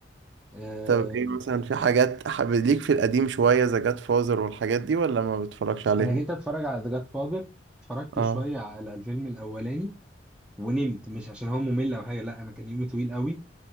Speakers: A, in the centre; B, on the right.
A: آه
B: طب ايه مثلا في حاجات حابب ليك في القديم شوية ذا جاد فازر والحاجات دي ولا ما بتتفرجش عليهم
A: انا جيت اتفرج على ذا جاد فاذر اتفرجت
B: اه
A: شويه على الفيلم الاولاني ونمت مش عشان هو ممل او حاجه لا انا كان يومي طويل قوي